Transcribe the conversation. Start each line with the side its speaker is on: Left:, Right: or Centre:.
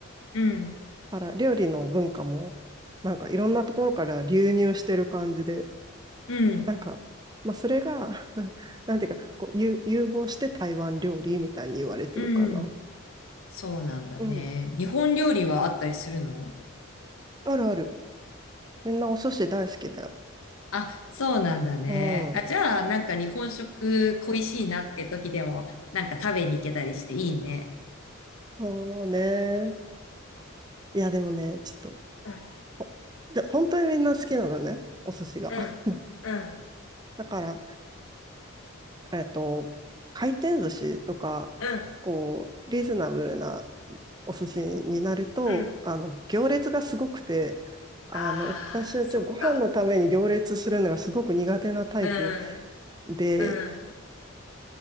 Left: うん、
Right: から料理の文化も、なんかいろんなところから流入してる感じで、
Left: うん、
Right: なんか、まあそれが <laughs> なんていうか、こう、ゆ融合して台湾料理みたいに言われてるかな。
Left: うん。そうなんだね。
Right: うん。
Left: 日本料理はあったりするの
Right: あるある。みんなお寿司大好きだよ。
Left: あ、そうなんだね。
Right: うん。
Left: あ、じゃあ、なんか日本食恋しいなって時でも、なんか食べに行けたりしていいね。
Right: そうね。いや、でもね、ちょっと、
Left: うん、
Right: ほで、本当にみんな好きなのね、お寿司が。
Left: うん、
Right: <laughs>
Left: うん、
Right: だから、えっと、回転寿司とか、
Left: うん、
Right: こう、リーズナブルなお寿司になると、
Left: うん。
Right: あの、行列がすごくて、あの、
Left: ああ、
Right: 私はちょっとご飯のために行列するのがすごく苦手なタイプ
Left: そっか。うん、
Right: で、
Left: うん。